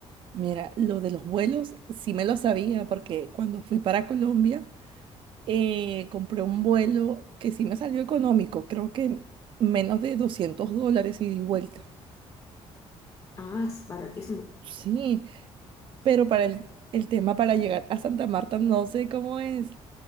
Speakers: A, on the right; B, on the left.
A: mira, lo de los vuelos sí me lo sabía porque cuando fui para Colombia eh, compré un vuelo que sí me salió económico, creo que menos de 200 dólares ida y vuelta.
B: Ah, es baratísimo.
A: Sí, pero para el, el tema para llegar a Santa Marta no sé cómo es.